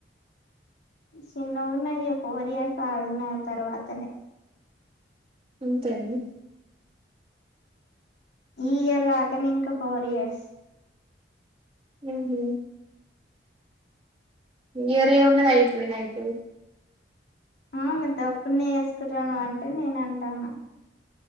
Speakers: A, on the left (about 75°); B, on the right (about 30°).
A: చిన్నవున్నాయే పోలియాల్ తాగిన తర్వాతనే
B: అంతేనిగ
A: ఈ ఇయర్ కాకనే ఇంక ఫోర్ ఇయర్స్.
B: ఉహూ న్యాయరేమున్నది అయిపోనేఅయితది
A: ఆ మీ దబ్బున్నే వేసుకుంట నవంటె అంటే నేనాంటాన్న.